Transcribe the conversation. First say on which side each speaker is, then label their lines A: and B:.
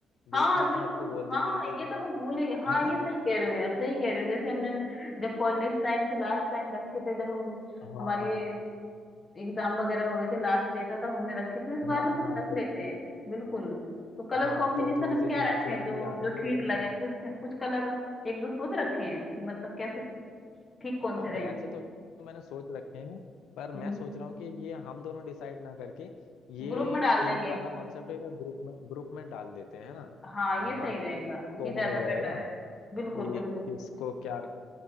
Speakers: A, on the left (about 85°); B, on the left (about 25°).
A: ग्रुप
B: हाँ
A: में
B: बिल्कुल
A: सबको बोल दें
B: हाँ ये
A: कि
B: तो मैं भूल ही हाँ
A: है ना
B: ये सही कह रहे हो यार सही कह रहे हो जैसे हमने जब कॉलेज टाइम से लास्ट टाइम रखे थे जब हम
A: हाँ
B: हमारे एग्जाम वगैरह हो गए थे लास्ट डेट था तब हमने रखी थी इस बार
A: हाँ
B: भी कुछ
A: हाँ
B: रख
A: बिल-
B: लेते हैं बिल्कुल तो कलर
A: हाँ
B: कॉम्बिनेशन
A: तो थोड़ी
B: हम
A: सी
B: क्या
A: मतलब
B: रखें
A: पुरानी
B: जो
A: यादें
B: जो
A: भी हो
B: ठीक
A: जाएंगी
B: लगे कुछ कुछ कलर एक दो सोच रखे हैं कि मतलब कैसे ठीक कौन
A: हाँ
B: से रहेंगे
A: वैसे तो मैंने सोच रखे हैं पर मैं
B: हम्म हम्म।
A: सोच रहा हूँ कि ये हम दोनों डिसाइड ना करके ये
B: ग्रुप में डाल
A: थीम
B: देंगे
A: वाला कॉन्सेप्ट एक बार ग्रुप में ग्रुप में डाल देते हैं है ना
B: हाँ ये
A: वहाँ
B: सही रहेगा
A: कॉमन
B: ये ज्यादा
A: हो
B: बेटर
A: जाएगा
B: है बिल्कुल
A: कि
B: बिल्कुल
A: किसको क्या